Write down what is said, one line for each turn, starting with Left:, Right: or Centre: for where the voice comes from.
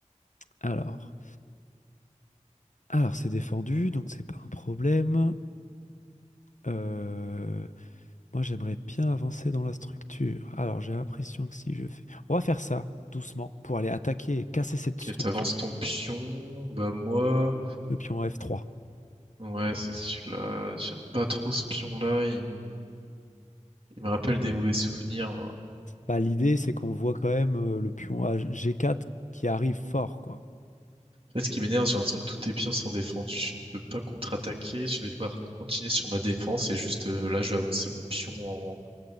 Left: Alors, alors c'est défendu, donc c'est pas un problème. Euh, Moi, j'aimerais bien avancer dans la structure. Alors, j'ai l'impression que si je fais... On va faire ça doucement pour aller attaquer et casser cette structure,
Right: Ok, t'avances ton pion. Bah moi,
Left: le pion F3.
Right: ouais, c'est celui-là. J'aime pas trop ce pion-là. Il... il me rappelle des mauvais souvenirs.
Left: Bah, l'idée, c'est qu'on voit quand même euh, le pion A- G4 qui arrive fort, quoi.
Right: Là, ce qui m'énerve, j'ai l'impression que tous tes pions sont défendus, je ne peux pas contre-attaquer, je vais devoir continuer sur ma défense et juste euh, là, je vais avancer mon pion en,